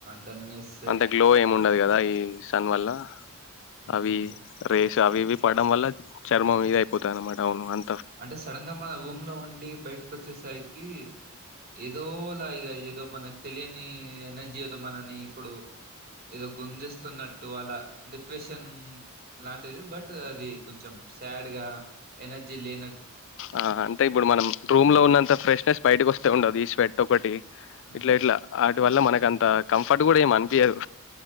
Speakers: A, on the right (about 45°); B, on the left (about 60°).
A: డల్నెస్
B: అంటె గ్లో ఏమి ఉండదు కదా ఈ సన్ వల్ల
A: హ్మ్
B: అవి రేష్ అవి ఇవి పడడం వల్ల చర్మం ఇది అయిపోతా అన్నమాట అవును అం
A: అంటే సడన్ గా మన రూమ్ లో ఉం బయటకు వచ్చేసరికి, ఏదోలా ఇ ఏదో మనకి తెలియని ఎనర్జీ ఏదో, మనని ఇప్పుడు ఏదో గుంజిస్తున్నట్టు అలా డిప్రెషన్ లాంటిది బట్ అది కొంచెం శాడ్గా ఎనర్జీ జి లే
B: ఆ అంటే ఇప్పుడు మనమ్ రూమ్ లో ఉన్నంత ఫ్రెష్నెస్ బయటకి వస్తే ఉండదు ఈ స్వెట్ ఒకటి
A: హ్మ్
B: ఇట్లా ఇట్లా వాటి వల్ల మన ఇక అంత కంఫర్ట్ కూడా ఏమి అనిపియదు,